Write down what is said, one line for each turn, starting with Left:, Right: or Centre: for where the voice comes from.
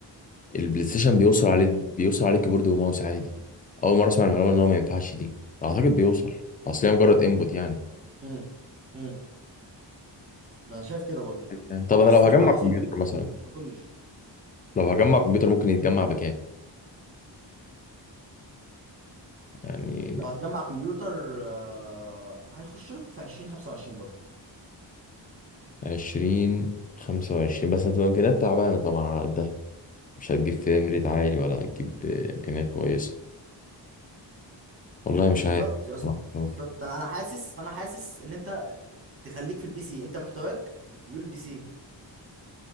Left: البلاي ستيشن بيوصل عليه بيوصل عليه كيبورد وماوس عادي اول مره اسمع المعلومه ان هو ما ينفعش دي اعتقد بيوصل اصل هي مجرد انبوت يعني
Right: امم امم ده انا شايف كده برضو
Left: يعني طب انا
Right: بس
Left: لو
Right: لا
Left: هجمع
Right: ما
Left: كمبيوتر
Right: اظنش ما
Left: مثلا
Right: اظنش ما اظنش
Left: لو هجمع كمبيوتر ممكن يتجمع بكام يعني
Right: لو هتجمع كمبيوتر آه، هيخش له في 20 25 برضو
Left: عشرين خمسة وعشرين بس هتبقى إمكانيات تعبانة طبعا على قدها مش هتجيب فيها ميريت عالي ولا هتجيب آه، إمكانيات كويسة والله مش
Right: بالظبط
Left: عارف
Right: يا اسطى
Left: بصراحة.
Right: بالظبط انا انا حاسس فانا حاسس ان انت تخليك في البي سي انت محتواك يقول البي سي